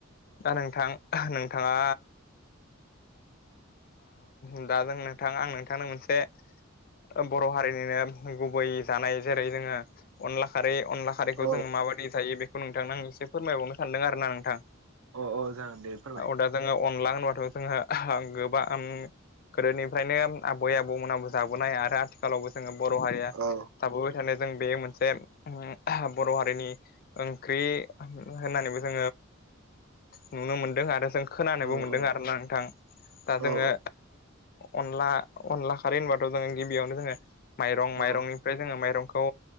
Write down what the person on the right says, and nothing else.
औ
अ औ जागोन दे फोरमाय
औ
औ
औ
औ
औ